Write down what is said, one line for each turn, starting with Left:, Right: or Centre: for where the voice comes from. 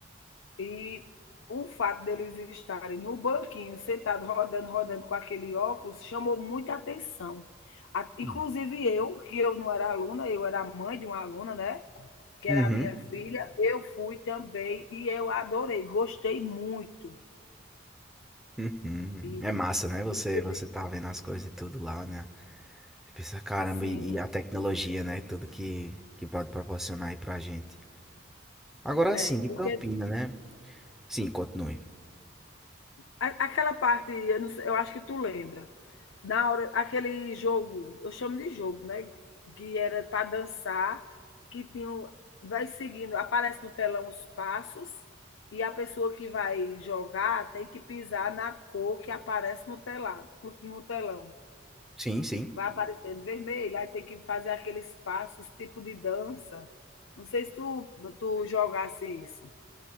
Left: E o fato deles estarem no banquinho, sentado, rodando, rodando com aquele óculos, chamou muita atenção. A- Inclusive
Centre: Hum.
Left: eu, que eu não era aluna, eu era mãe de uma aluna, né? Que
Centre: Uhum.
Left: era a minha filha, eu fui também e eu adorei, gostei muito.
Centre: Uhum.
Left: E,
Centre: É massa, né? Você,
Left: e teve,
Centre: você tá vendo as coisas e tudo lá, né? Você pensa, caramba,
Left: sim,
Centre: e, e a tecnologia, né? Tudo que, que pode proporcionar aí pra gente. Agora
Left: é,
Centre: sim,
Left: porque
Centre: de Campina, né? Sim, continue.
Left: A- Aquela parte, eu, não sei- eu acho que tu lembra. Na hora, aquele jogo, eu chamo de jogo, né? Que era para dançar, que tinha, um- vai seguindo, aparece no telão os passos e a pessoa que vai jogar tem que pisar na cor que aparece no telado, no, no telão.
Centre: Sim, sim.
Left: Vai aparecendo vermelho, aí tem que fazer aqueles passos, tipo de dança. Não sei se tu, tu jogasse isso.